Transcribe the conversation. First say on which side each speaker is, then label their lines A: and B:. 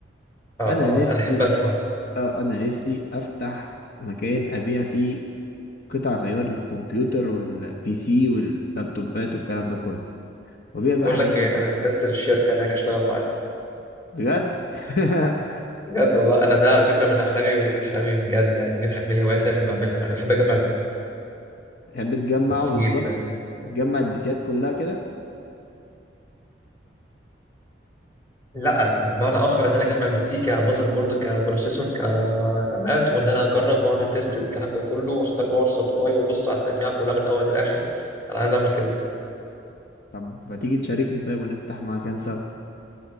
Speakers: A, on the left (about 15°); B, on the left (about 50°).
A: اه
B: انا
A: اه
B: نفسي
A: انا احب اسمع
B: اه انا نفسي افتح مكان ابيع فيه قطع غيار للكمبيوتر والبي سي واللابتوبات والكلام ده كله وابيع بقى
A: بقول
B: حاجات
A: لك ايه
B: نضيفه
A: انا في كاستل الشركه انا هاجي اشتغل معاك
B: بجد <laughs>
A: بجد والله انا ده على فكره من احلامي احلامي بجد يعني دي من الهوايات اللي بحب اعملها انا بحب اجمع
B: تحب تجمع
A: البي سي
B: بالظبط
A: جدا
B: تجمع البيسيات كلها كده
A: لا بمعنى اخر ان انا اجمع البي سي كمذر بورد كبروسيسور كرامات وان انا اجرب واعمل تيست الكلام ده كله واختار باور سبلاي وابص على التجميع كلها من الاول للاخر انا عايز اعمل كده
B: طب ما تيجي تشاركني طيب ونفتح مكان سوا